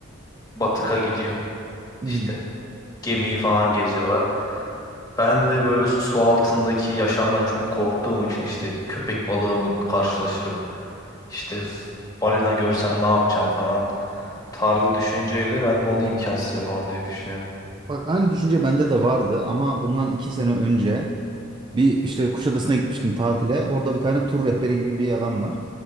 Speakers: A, on the left; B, on the right.
A: batıka gidiyor.
B: Hmm.
A: İşte gemiyi falan geziyorlar. Ben de böyle su altındaki yaşamdan çok korktuğum için işte köpek balığı mı karşılaşırım. İşte balina görsem ne yapacağım falan tarzı düşünceyle ben de onu imkansız yapamam diye düşünüyorum.
B: Bak aynı düşünce bende de vardı ama bundan iki sene önce Bir işte Kuşadası'na gitmiştim tatile. Orada bir tane tur rehberi gibi bir adam var.